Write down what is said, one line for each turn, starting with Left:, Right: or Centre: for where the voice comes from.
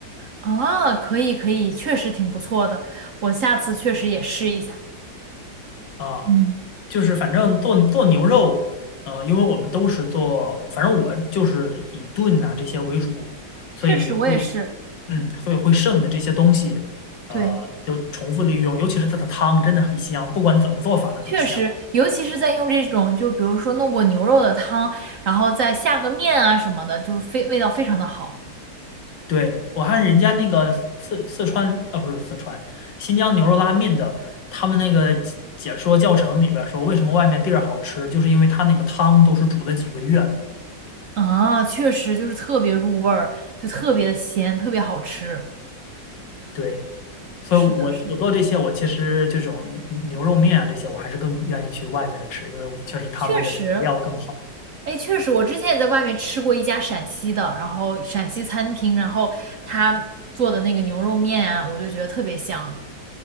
Right: 啊，可以可以，确实挺不错的，我下次确实也试一下。
Left: 啊，
Right: 嗯，
Left: 就是反正做做牛肉，呃，因为我们都是做，反正我就是以炖呐、这些为主，所以会，
Right: 确实我也是，
Left: 嗯，所以会剩的这些东西，
Right: 对。
Left: 呃，就重复利用，尤其是它的汤真的很香，不管怎么做法它都香。
Right: 确实，尤其是在用这种，就比如说弄过牛肉的汤，然后再下个面啊什么的，就非味道非常的好
Left: 对，我看人家那个四四川，啊不是四川，新疆牛肉拉面的，他们那个解解说教程里边儿说，为什么外面地儿好吃，就是因为它那个汤都是煮了几个月的。
Right: 啊，确实就是特别入味儿，就特别的鲜，特别好吃。
Left: 对。所以我我做这些，
Right: 是的，是的，
Left: 我其实这种牛肉面啊这些，我还是更愿意去外边儿吃，因为确实他们的这个料更好
Right: 确实，哎，确实，我之前也在外面吃过一家陕西的，然后陕西餐厅，然后他做的那个牛肉面啊，我就觉得特别香。